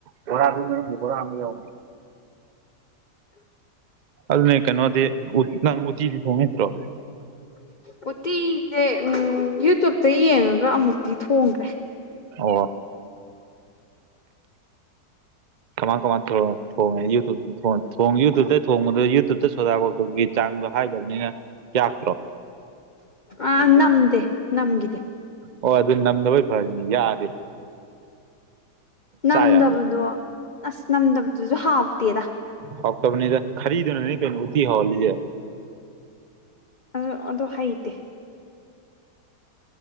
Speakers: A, on the right (about 50°); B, on the left (about 35°).
A: ꯕꯣꯔꯥꯗꯨꯏ ꯃꯅꯨꯡꯗ ꯕꯣꯔꯥ ꯑꯝꯁꯨ ꯌꯥꯎꯕꯅꯤ ꯑꯗꯨꯅ ꯀꯩꯅꯣꯗꯦ ꯎꯠ ꯅꯪ ꯎꯇꯤꯗꯤ ꯊꯣꯡ ꯍꯩꯇ꯭ꯔꯣ
B: ꯎꯣꯇꯤꯁꯦ ꯎꯝ ꯌꯨꯇꯨꯕꯇ ꯌꯦꯡꯉꯒ ꯑꯃꯨꯛꯇꯤ ꯊꯣꯡꯈ꯭ꯔꯦ
A: ꯑꯣ ꯀꯃꯥꯏ ꯀꯃꯥꯏ ꯇꯧꯔ ꯊꯣꯡꯉꯦ ꯌꯨꯇꯨꯞꯇ ꯊꯣ ꯊꯣꯡ ꯌꯨꯇꯨꯞꯇ ꯊꯣꯡꯕꯗꯣ ꯌꯨꯇꯨꯞꯇ ꯁꯣꯗꯥꯕ ꯗꯧꯒꯤ ꯆꯥꯡꯗꯣ ꯍꯥꯏꯗꯕꯅꯤꯅ ꯌꯥꯛꯇ꯭ꯔꯣ
B: ꯑ ꯅꯝꯗꯦ ꯅꯝꯒꯤꯗꯦ
A: ꯑꯣ ꯑꯗꯨ ꯅꯝꯗꯕꯩ ꯐꯔꯤꯅꯤ ꯌꯥꯛꯑꯗꯤ
B: ꯅꯝꯗꯕꯗꯣ
A: ꯆꯥ ꯌꯥꯕ
B: ꯑꯁ ꯅꯝꯗꯕꯗꯨꯁꯨ ꯍꯥꯎꯇꯦꯗ
A: ꯍꯥꯎꯇꯕꯅꯤꯗ ꯈꯔꯔꯤꯗꯨꯅꯅꯤ ꯀꯩꯅꯣ ꯎꯇꯤ ꯍꯥꯎꯍꯜꯂꯤꯖꯦ
B: ꯑ ꯑꯗꯨ ꯍꯩꯇꯦ